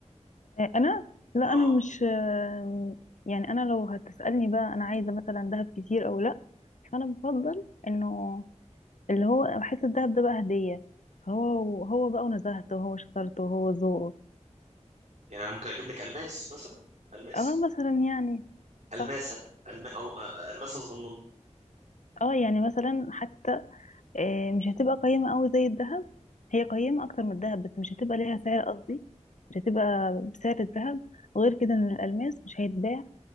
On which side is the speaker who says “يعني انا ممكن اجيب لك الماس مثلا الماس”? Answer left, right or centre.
Right